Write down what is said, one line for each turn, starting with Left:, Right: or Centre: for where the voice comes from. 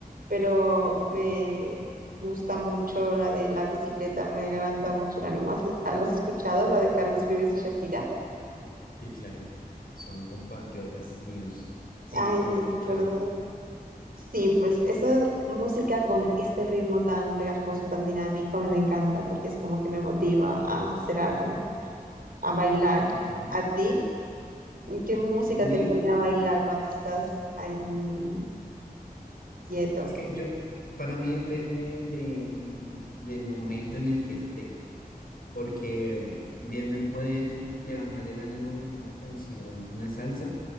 Right: pero me gusta mucho la de La bicicleta, me levanta mucho el ánimo. ¿Has- ¿Los has escuchado? La de Carlos Vives y Shakira.
Left: Sí, claro, son compatriotas míos. Sí,
Right: Ay,
Left: sí
Right: <laughs>
Left: la he escuchado.
Right: ¿verdad? Sí, pues esa música con este ritmo tan pegajoso, tan dinámico, a mí me encanta porque es como que me motiva a hacer algo, a bailar.
Left: Okay.
Right: ¿A ti? ¿Qué música
Left: A mí,
Right: te pone a bailar cuando estás ahí quieto?
Left: es que yo, para mí depende de, del momento en el que esté, porque mm, bien me puede levantar el ánimo una canción, una salsa,